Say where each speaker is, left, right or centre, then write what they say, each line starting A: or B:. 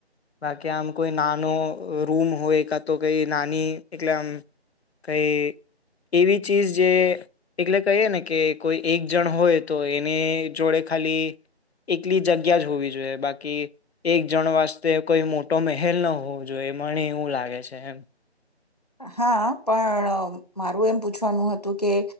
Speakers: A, on the left; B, on the left.
A: બાકી આમ કોઈ ના ના રૂમ હોય કા તો કઈ નાની એલે આમ કઈ એવી ચીજ જે એલે કહીએ ને કે કોઈ એક જણ હોય તો એની જોડે ખાલી એકલી જગ્યા જ હોવી જોઈએ બાકી એક જણ વાસ્તે કોઈ મોટો મહેલ ન હોય હોવ જોએ મને એવું લાગે છે એમ.
B: હા પણ મારું એમ પૂછવાનું હતું કે